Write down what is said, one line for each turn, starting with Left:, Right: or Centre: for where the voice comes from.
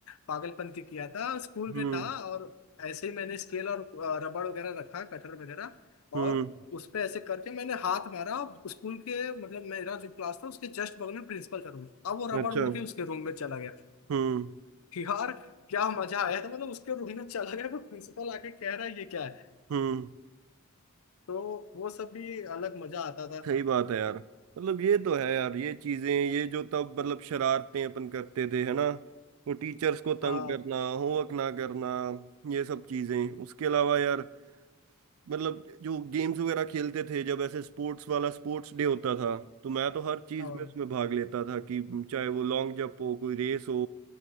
Left: पागलपन की किया था स्कूल
Right: हम्म
Left: में था और ऐसे ही मैंने स्केल और अ, रबड़ वगैरह रखा कटर वगैरह
Right: हम्म
Left: और उस पे ऐसे करके मैंने हाथ मारा स्कूल के मतलब मेरा जो क्लास था उसके जस्ट बगल में प्रिंसिपल का रूम था। अब वो रबड़
Right: अच्छा
Left: उड़ के उसके रूम में चला गया
Right: हम्म
Left: यार क्या मजा आया था मतलब उसके रूम में चला गया तो प्रिंसिपल आके कह रहा है ये क्या है
Right: हम्म
Left: तो वो सब भी अलग मजा आता था
Right: सही बात है यार मतलब ये तो है यार ये चीजें ये जो तब मतलब शरारतें अपन करते थे है ना वो टीचर्स को
Left: हाँ
Right: तंग करना होमवर्क ना करना ये सब चीजें उसके अलावा यार मतलब जो गेम्स वगैरह खेलते थे जब ऐसे स्पोर्ट्स वाला स्पोर्ट्स डे होता था तो मैं तो हर चीज
Left: हाँ
Right: में उसमें भाग लेता था कि चाहे वो लॉन्ग जंप हो कोई रेस हो